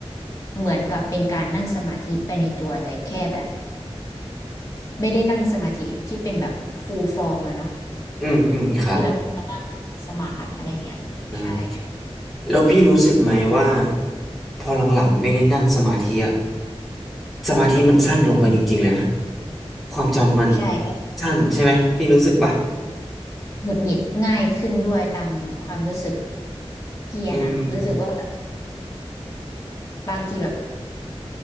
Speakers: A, on the left; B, in the centre.
A: เหมือนกับเป็นการนั่งสมาธิไปในตัวแต่แค่แบบ ไม่ได้นั่งสมาธิที่เป็นแบบฟูลฟอร์มอะเนาะ
B: อืมอืมครับ
A: ที่แบบนั่งขัดสมาธิอะไรเงี้ยใช่
B: อ่าแล้วพี่รู้สึกไหมว่าพอหลังๆไม่ได้นั่งสมาธิอะสมาธิมันสั้นลงไปจริงๆเลยนะความจำมัน
A: ใช่แล้ว
B: สั้นใช่ไหมพี่รู้สึกปะ
A: หงุดหงิดง่ายขึ้นด้วยตามความรู้สึกพี่อะนะรู้สึกว่าแบบ
B: อืม
A: บางทีแบบ